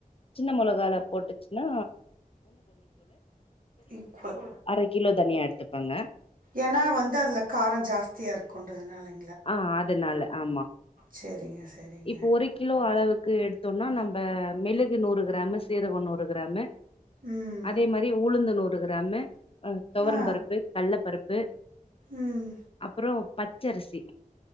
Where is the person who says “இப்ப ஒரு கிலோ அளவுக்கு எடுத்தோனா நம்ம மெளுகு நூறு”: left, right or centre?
Left